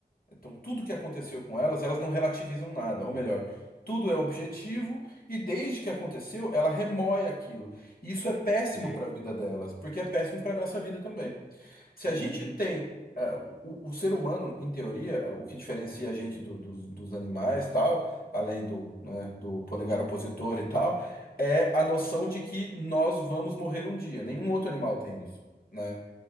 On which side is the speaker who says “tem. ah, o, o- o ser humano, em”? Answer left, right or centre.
Left